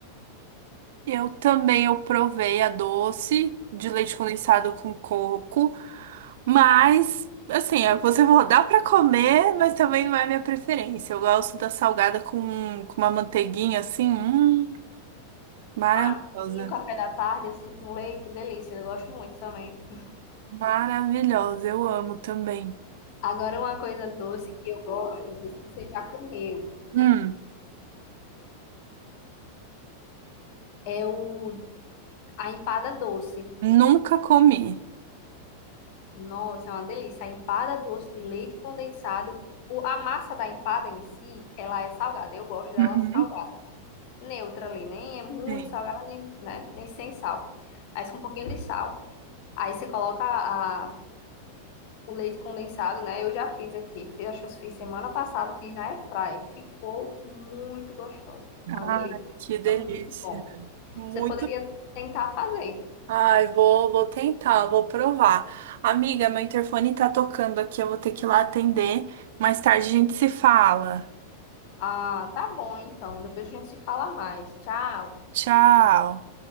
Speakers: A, on the right; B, on the left.
A: Eu também eu provei a doce de leite condensado com coco, mas assim, é, você falou, dá pra comer, mas também não é a minha preferência. Eu gosto da salgada com, com uma manteiguinha assim, hum, maravilhosa.
B: Ah, um café da tarde, assim, com leite, delícia, eu gosto muito também.
A: Maravilhosa, eu amo também.
B: Agora, uma coisa doce que eu gosto, não sei se você já comeu,
A: Hum,
B: é o A empada doce.
A: nunca comi.
B: Nossa, é uma delícia. A empada doce de leite condensado. O- a massa da empada em si, ela é salgada. Eu gosto dela
A: Uhum.
B: salgada. Neutra ali, nem é muito
A: Sim.
B: salgada, nem, né? Nem sem sal. Mas com um pouquinho de sal. Aí você coloca a- o leite condensado, né? Eu já fiz aqui. Fiz, acho que eu fiz semana passada, fiz na airfryer. Ficou muito gostoso.
A: Ai,
B: Foi uma delícia.
A: que delícia.
B: Fica muito bom.
A: Muito
B: Você poderia tentar fazer.
A: Ai, vou, vou tentar, vou provar. Amiga, meu interfone tá tocando aqui, eu vou ter que ir lá atender. Mais tarde a gente se fala.
B: Ah, tá bom então. Depois a gente se fala mais. Tchau.
A: Tchau.